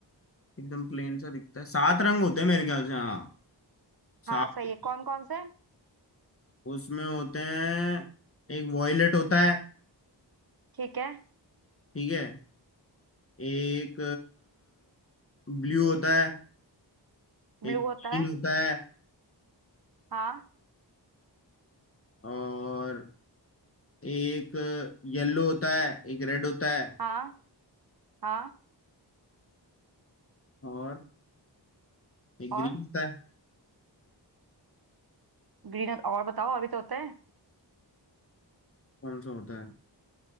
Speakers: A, on the left; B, on the right.
A: एकदम प्लेन सा दिखता है सात रंग होते हैं मेरे ख्याल से हाँ सात
B: हाँ सही
A: होते
B: है कौन कौन से
A: हैं। उसमें होते हैं एक वॉयलेट होता है
B: ठीक है
A: ठीक है एक ब्लू होता है
B: ब्लू
A: एक ग्रीन
B: होता है
A: होता है
B: हाँ
A: और एक येलो होता है एक रेड होता है
B: हाँ हाँ
A: और एक
B: और
A: ग्रीन होता है
B: ग्रीन होता और बताओ और भी तो होते हैं
A: कौन सा होता है